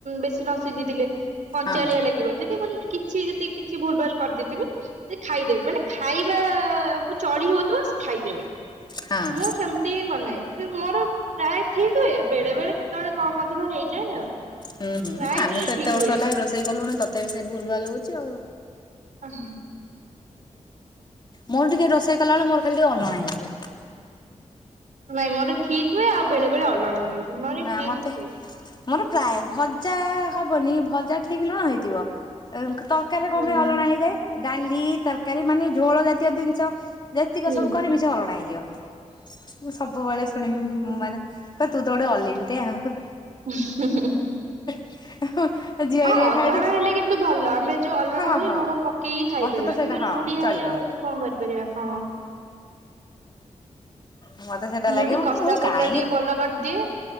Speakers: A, on the right (about 75°); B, on the left (about 35°).
A: ବେଶୀ ନ ସିଝିଥିଲେ। କଞ୍ଚାଲିଆ
B: ହଁ
A: ଲାଗିବ ଯଦି ମାନେ କିଛି ଯଦି କିଛି ଭୁଲ୍ ଭାଲ୍ କରି ଦେଇଥିବି ସେ ଖାଇଦେବେ ମାନେ ଖାଇବାକୁୁ ଚଳି ହଉଥୁବ ସେ ଖାଇଦେବେ
B: ହଁ।
A: ମୁଁ ସେମ୍ ତି ମନାଏ <unintelligible> ମୋର ପ୍ରାୟ ଠିକ୍ ହୁଏ ବେଳେ ବେଳେ କେତେବେଳେ କମ୍ ଅଧିକ ହେଇଯାଏ ଆଉ।
B: ହୁଁ
A: ପ୍ରାୟ
B: ହୁଁ ଆମେ
A: କିନ୍ତୁ
B: ତ
A: ଠିକ
B: ଏତେ ବର୍ଷ
A: ହୁଏ।
B: ହେଲାଣି ରୋଷେଇ କଲୁଣି ତଥାପି ସେ ଭୁଲ୍ ଭାଲ୍ ହଉଛି ଆଉ।
A: <unintelligible>
B: ମୋର ଟିକେ ରୋଷେଇ କଲାବେଳେ ମୋର ଖାଲି ଟିକେ ଅଲଣା ହେଇଯିବ।
A: ନାଇଁ ମୋର ଠିକ୍ ହୁଏ ଆଉ ବେଳେ ବଳେ ଅଲଣା ହୁଏ। ନହେଲେ
B: ନା
A: ଠିକ
B: ମତେ
A: ହୁଏ।
B: ମୋର ପ୍ରାୟ ଭଜା ହବନି ଭଜା ଠିକ୍ ଲୁଣ ହେଇଥିବ। ଏ ତରକାରୀରେ
A: ହୁଁ
B: କଣ ପାଇଁ ଅଲଣା ହେଇଯାଏ ଡାଲି ତରକାରୀ ମାନେ ଝୋଳ ଜାତୀୟ ଜିନିଷ। ଯେତିକ
A: ହୁଁ।
B: ସବୁ କରିମି ସେ ଅଲଣା ହେଇଯିବ ମୁଁ ସବୁବେଳେ ଶୁଣି
A: ହୁଁ ହୁଁ।
B: ମାନେ କ ତୁ ତୋ ଗୋଟେ ଆଲିନ୍ ଟି ଆଉ।
A: <unintelligible>
B: <unintelligible>
A: ହଁ ଅଲଣା
B: ଖାଇବେ
A: ହେଲେ କିନ୍ତୁ ଭଲ ଆମେ ଯୋ ଅଲଣା
B: ହଁ
A: ହେଲେ
B: ହଁ।
A: ଲୁଣ ପକେଇ ଖାଇପାରିବା
B: ମତେ ତ ସେଇଟା
A: କିନ୍ତୁ
B: ହଁ
A: ଲୁଡିଆ
B: ଚଳିବ।
A: ହେଲେ ଆଉ କଣ କରିପାରିବା ହଁ।
B: ମତେ ସେଇଟା
A: ମୁଁ
B: ଲାଗେ
A: ଟିକେ କଷା
B: କାହିଁକି
A: ଫଷା ଟିକେ ଭଲ କର୍ ଦିଏ